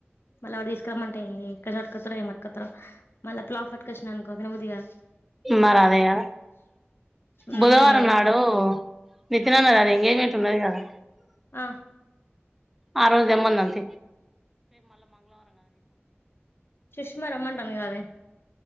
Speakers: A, on the left; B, in the centre.
A: మళ్ళీ ఎడ తీసుకురమంటే ఎక్కడ పట్టుకొతడో ఏ పట్టుకతాడ మళ్ ప్లాఫట్ కషన్ అనుకోతున్నా ఉదగా
B: మా రా అదే కదా
A: మ్మ్
B: బుధవారం నాడు నితినన్న అది ఎంగేజ్మెంట్ ఉన్నది కదా ఆ
A: ఆ
B: ఆ రోజు దమ్మంది అంత
A: సుష్మా రమంటని కాదే